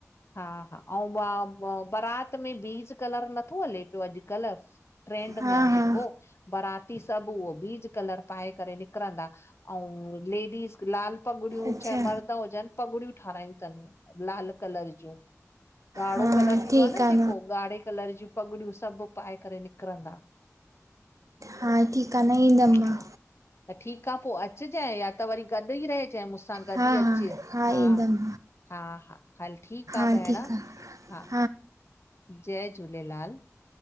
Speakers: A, on the left; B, on the right.
A: हा हा, औं, बारात मे बीन्स कलर नथो हले प्यो अॼकल्ह ट्रेंड
B: हा
A: में आ
B: हा
A: जेको, बाराती सभु उहो बीज कलर पाए करे निकिरंदा। अऊं लेडीस लाल पगड़ियूं
B: अच्छा
A: चाहे मर द हुजनि पगड़ियूं ठारायूं तनि लाल कलर जो ॻाड़ो
B: हा
A: कलर थींदो
B: ठीकु
A: आ न
B: आहे
A: जेको ॻाढ़े कलर जी पगड़ियूं सभु पाए करे निकरंदा।
B: हा ठीकु आहे न ईंदमि मां
A: हा त ठीकु आ पो अच अचजांइ या त वरी गॾु ई रहिजांइ मूंसां गॾु
B: हा
A: ई अचु
B: हा
A: हा।
B: ईंदमि
A: हा -हा, हल ठीकु आ
B: हा
A: भेण
B: ठीकु आहे
A: हा। जय झूलेलाल।